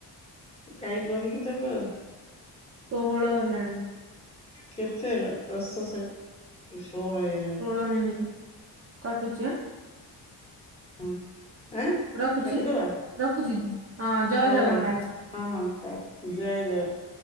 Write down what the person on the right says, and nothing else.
କୋହଳ ହେଲାଣି।
ସୋଳ ମିନିଟି କାଟୁଛି ଆ!
ରଖୁଛି
ରଖୁଛି ହଁ ଜୟ
ଜଗନ୍ନାଥ।